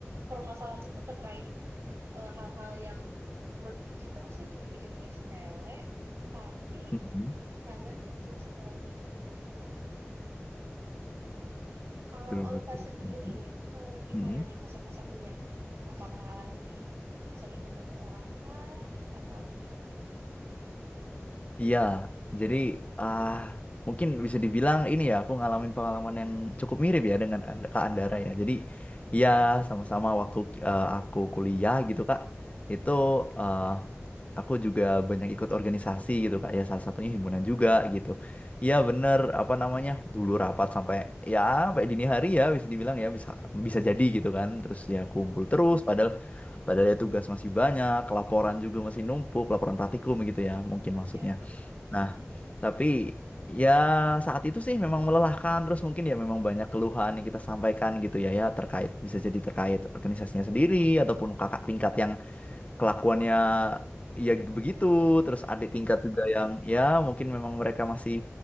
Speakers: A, on the right; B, on the left.
A: Permasalahannya tuh terkait eee, hal-hal yang menurut kita sih dipikir-pikir sepele, tapi
B: Mm-mm.
A: ngangenin sih kalau diingat-ingat sekarang. Kalau
B: betul
A: Alfa
B: betul
A: sendiri,
B: Mm-mm.
A: eee, gimana
B: Mm-mm.
A: nih masa-masa kuliahnya? Apakah lebih sering ketemu orang kah atau gimana tuh?
B: Iya, jadi ah mungkin bisa dibilang ini ya aku ngalamin pengalaman yang cukup mirip ya dengan And- Kak Andara ya. Jadi iya sama-sama waktu eh, aku kuliah gitu Kak, itu eh, aku juga banyak ikut organisasi gitu Kak. Ya salah satunya himpunan juga gitu. Iya bener apa namanya dulu rapat sampai ya sampai dini hari ya bisa dibilang ya bisa bisa jadi gitu kan. Terus ya
A: Ya,
B: kumpul terus padahal Padahal ya tugas masih banyak, laporan juga masih numpuk, laporan praktikum gitu ya, mungkin maksudnya.
A: ya,
B: Nah, tapi ya saat itu sih memang melelahkan terus mungkin ya memang banyak keluhan yang kita sampaikan gitu ya ya terkait bisa jadi terkait organisasinya sendiri ataupun kakak tingkat yang kelakuannya ya begitu terus adik tingkat juga
A: ya.
B: yang ya mungkin memang mereka masih